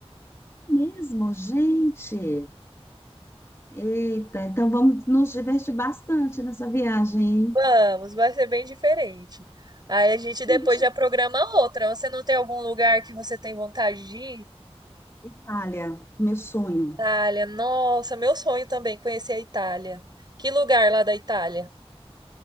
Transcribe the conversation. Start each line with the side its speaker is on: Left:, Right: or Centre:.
Left: Mesmo, gente! Eita, então vamos nos divertir bastante nessa viagem, hein?
Right: Vamos, vai ser bem diferente. Aí a gente depois
Left: Deixa
Right: já programa outra. Você não tem algum lugar que você tem vontade de ir?
Left: Itália, meu sonho.
Right: Itália, nossa, meu sonho também, conhecer a Itália. Que lugar lá da Itália?